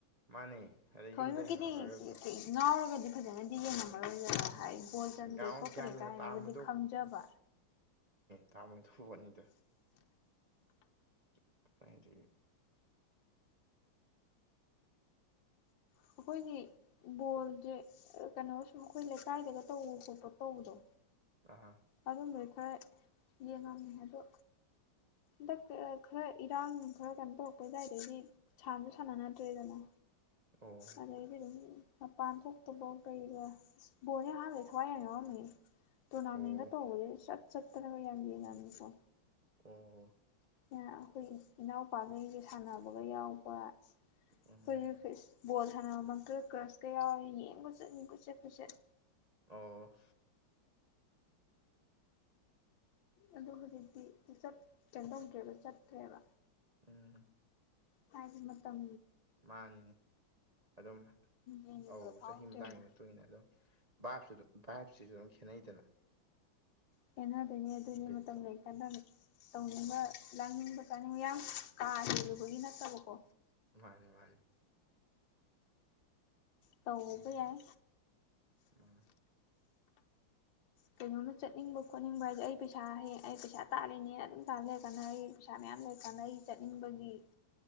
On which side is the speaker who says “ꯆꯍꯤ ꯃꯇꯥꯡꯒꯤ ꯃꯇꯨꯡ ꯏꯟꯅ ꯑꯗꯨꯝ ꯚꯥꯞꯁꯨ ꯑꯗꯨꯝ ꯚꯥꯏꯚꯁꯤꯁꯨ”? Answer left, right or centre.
Right